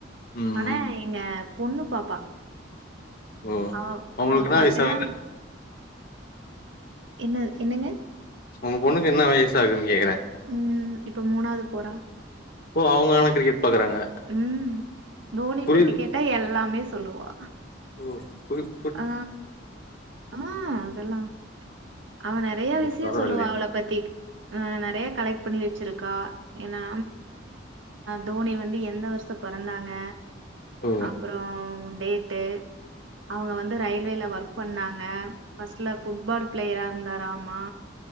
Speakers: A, on the left; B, on the right.
A: ம்
B: ஆனா எங்க பொண்ணு பாப்பா
A: ஓ
B: அவ
A: அவங்களுக்கு
B: அவ
A: என்ன
B: பாத்தேன்னா
A: வயசு ஆகுது
B: என்னது என்னங்க
A: உங்க பொண்ணுக்கு என்ன வயசு ஆகுதுன்னு கேக்குறே
B: உம் இப்ப மூணாது போறா
A: ஓ அவங்க ஆனா கிரிக்கெட் பாக்குறாங்க
B: உம் தோனி
A: புரியுது
B: பத்தி கேட் டா எல்லாமே சொல்லுவா
A: ஓ புதுப்
B: அ ஆ அதெல்லா அவ நெறையா விஷய
A: பரவாயில்லயே
B: சொல்லுவா அவள பத்தி ஆ நெறையா கலெக்ட் பண்ணி வச்சிருக்கா ஏன்னா தோனி வந்து எந்த வருஷ பொறந்தாங்க
A: ஓ
B: அப்பற டேட்டு அவங்க வந்து ரயில்வேல ஒர்க் பண்ணாங்க ஃபர்ஸ்ட்ல ஃபுட்பால் பிளேயரா இருந்தாரு ஆமா